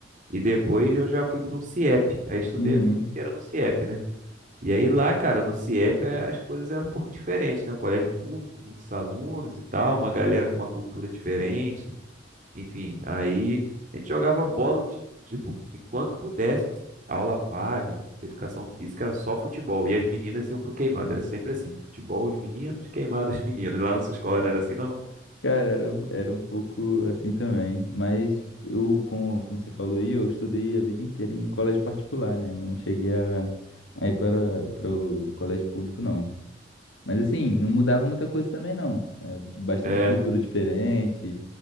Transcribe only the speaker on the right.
e depois eu já fui para um CIEP. Aí estudei
a vida inteira no CIEP, né? E aí lá, cara, no CIEP eh, as coisas eram um pouco diferentes, né? O colégio público, muitos alunos e tal, uma galera com uma cultura diferente. Enfim, aí a gente jogava bola, de- tipo, enquanto pudesse, aula vaga, educação física, era só futebol. E as meninas iam pro queimado, era sempre assim, futebol os meninos, queimado os meninas. Lá na sua escola não era assim, não?
É.